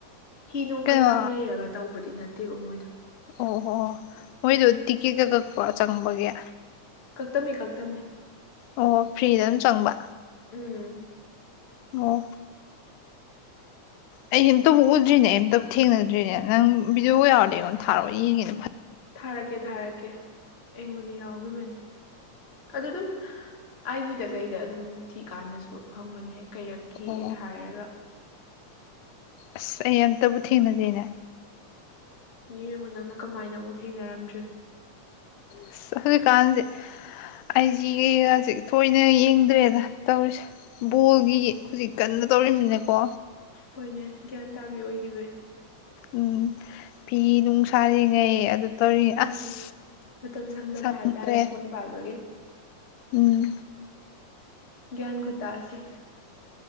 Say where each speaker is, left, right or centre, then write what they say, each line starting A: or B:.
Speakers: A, on the left (about 30°); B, on the left (about 85°).
A: ꯍꯤ ꯅꯨꯡ
B: ꯀꯩꯅꯣ
A: ꯀꯩꯀꯥ ꯂꯩꯔꯒ ꯇꯧꯕꯗꯨ ꯅꯠꯇꯦꯕꯥ ꯃꯣꯏꯗꯣ
B: ꯑꯣꯍꯣ ꯃꯣꯏꯗ ꯇꯤꯀꯦꯠꯀ ꯀꯛꯄ ꯆꯪꯕꯒꯤ?
A: ꯀꯛꯇꯃꯤ- ꯀꯛꯇꯃꯤ꯫
B: ꯑꯣ ꯐ꯭ꯔꯤꯗ ꯑꯗꯨꯝ ꯆꯪꯕ
A: ꯎꯝ
B: ꯑꯣ꯫ ꯑꯩ ꯑ ꯑꯃꯇꯕꯨ ꯎꯗ꯭ꯔꯤꯅꯦ ꯑꯩ ꯑꯃꯝꯇ ꯊꯦꯡꯅꯗ꯭ꯔꯤꯅꯦ ꯅꯪ ꯕꯤꯗꯤꯑꯣ ꯌꯥꯎꯔꯗꯤ ꯑꯩꯉꯣꯟ ꯊꯥꯔꯛꯑꯣ ꯌꯦꯡꯉꯦꯅ ꯐꯠ
A: ꯊꯥꯔꯛꯀꯦ - ꯊꯥꯔꯛꯀꯦ ꯑꯩꯉꯣꯟꯗ ꯌꯥꯎꯒꯤꯕꯅꯤ꯫ ꯑꯗꯨ ꯑꯗꯨꯝ ꯑꯥꯏꯖꯤꯗ ꯀꯩꯗ ꯑꯗꯨꯝ ꯊꯤꯀꯥꯟꯗꯁꯨ ꯐꯪꯕꯅꯦ꯫ ꯀꯩꯔꯛꯈꯤ
B: ꯑꯣ
A: ꯍꯥꯏꯔꯒ
B: ꯑꯁ ꯑꯩ ꯑꯝꯇꯕꯨ ꯊꯦꯡꯅꯗꯦꯅꯦ꯫
A: ꯌꯦꯡꯉꯨ ꯅꯪꯅ ꯀꯃꯥꯏꯅ ꯑꯃꯨꯛ ꯊꯦꯡꯅꯔꯝꯗ꯭ꯔꯤ?
B: ꯑꯁ ꯍꯧꯖꯤꯛꯀꯥꯟꯁꯦ ꯑꯥꯏꯖꯤ ꯀꯩꯒꯁꯦ ꯊꯣꯏꯅ ꯌꯦꯡꯗ꯭ꯔꯦꯗ ꯇꯧꯔꯤꯁꯦ ꯕꯣꯜꯒꯤ ꯍꯧꯖꯤꯛ ꯀꯟꯅ ꯇꯧꯃꯤꯅꯦꯀꯣ
A: ꯍꯣꯏꯅꯦ ꯒ꯭ꯌꯥꯟ ꯇꯥꯕꯤ ꯑꯣꯏꯈꯤꯕꯩ꯫
B: ꯎꯝ ꯐꯤ ꯅꯨꯡ ꯁꯥꯔꯤꯉꯩ ꯑꯗꯨ ꯇꯧꯔꯤ
A: ꯎꯝ
B: ꯑꯁ
A: ꯃꯇꯝ ꯁꯪꯗꯕ
B: ꯁꯪꯗ꯭ꯔꯦ
A: ꯍꯥꯏꯇꯥꯔꯦ ꯐꯣꯟ ꯄꯥꯏꯕꯒꯤ꯫
B: ꯎꯝ꯫
A: ꯒꯌ꯭ꯥꯟ ꯈꯨꯇꯥꯁꯦ!